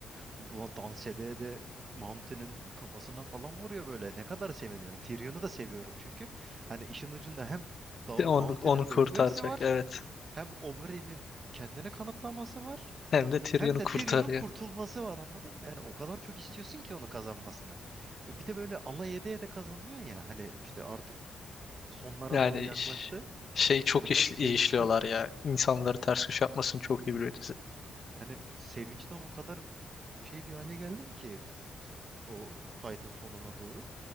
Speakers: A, on the right (about 45°); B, on the left (about 55°).
A: Ulan dans edeye de Mountain'in kafasına falan vuruyor böyle. Ne kadar seviniyorum. Tyrion'u da seviyorum çünkü. Hani işin ucunda hem da
B: Onu,
A: Mountain'in
B: onu kurtaracak
A: ölmesi var
B: evet.
A: hem Aubrey'nin kendini kanıtlaması var.
B: Hem de Tyrion'u
A: Hem de
B: kurtarıyor.
A: Tyrion'un kurtulması var anladın mı? Yani o kadar çok istiyorsun ki onu kazanmasını. E, Bir de böyle alay ede ede kazanıyor ya. Hani işte artık sonlara
B: Yani
A: doğru yaklaştı.
B: şey çok
A: Hani
B: iş-
A: ben sevinçten
B: iyi işliyorlar ya. İnsanları ters köşe yapmasını çok iyi biliyor
A: yani sevinçten o kadar şey bir hale geldim ki o fight'ın sonuna doğru.